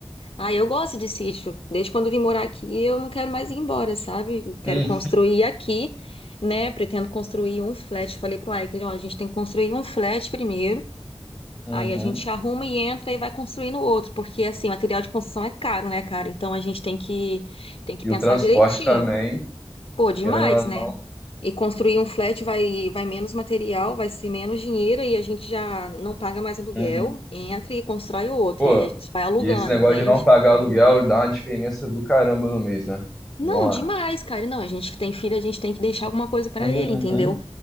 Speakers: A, on the left; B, in the centre.
A: Ah, eu gosto de sítio. Desde quando eu vim morar aqui, eu não quero mais ir embora, sabe? Eu Quero
B: Hum.
A: construir aqui, né? Pretendo construir um flat. Falei pro Ike, ó, a gente tem que construir um flat primeiro.
B: Uhum.
A: Aí a gente arruma e entra e vai construindo outro, porque assim, material de construção é caro, né, cara? Então a gente tem que tem que
B: E
A: pensar
B: o transporte
A: direitinho.
B: também,
A: Pô, demais,
B: querendo ou
A: né?
B: não.
A: E construir um flat vai vai menos material, vai ser menos dinheiro e a gente já não paga mais aluguel,
B: Uhum.
A: entra e constrói outro
B: Pô,
A: e a gente vai alugando,
B: e esse negócio
A: entende?
B: de não pagar aluguel dá uma diferença do caramba no mês, né?
A: Não,
B: Vamos
A: demais,
B: lá.
A: cara. E Não, a gente que tem filho, a gente tem que deixar alguma coisa pra
B: Uhum.
A: ele, entendeu?